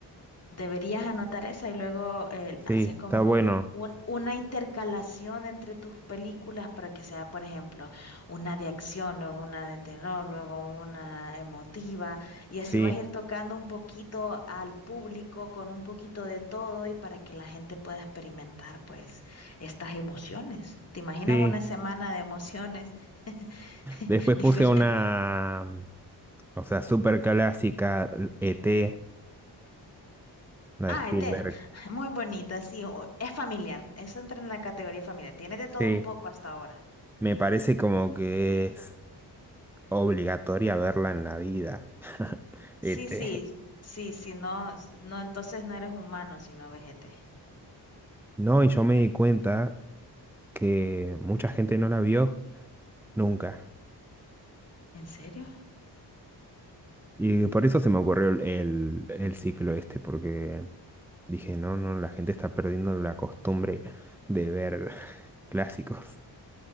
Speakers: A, on the left; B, in the centre.
A: Deberías anotar esa y luego eh,
B: sí,
A: haces como
B: está bueno.
A: un- una intercalación entre tus películas para que sea, por ejemplo, una de acción, luego una de terror, luego una emotiva, y
B: Sí,
A: así vas a ir tocando un poquito al público con un poquito de todo y para que la gente pueda experimentar pues estas emociones. ¿Te imaginas
B: sí.
A: una semana de emociones <laughs>
B: Después
A: diferentes?
B: puse una, mm, o sea, súper clásica, ET, la
A: Ah,
B: de Spielberg.
A: ET, muy bonita, sí, u- es familiar, eso entra en la categoría familiar, tiene de
B: Sí,
A: todo un poco hasta ahora.
B: me parece como que es obligatoria verla en la vida.
A: Sí,
B: ET.
A: sí, sí, sí, no, s- no, entonces no eres humano sino no ves ET.
B: No, y yo me di cuenta que mucha gente no la vio nunca.
A: ¿En serio?
B: Y por eso se me ocurrió el, el el ciclo este, porque Dije, no, no, la gente está perdiendo la costumbre de ver <laughs> clásicos.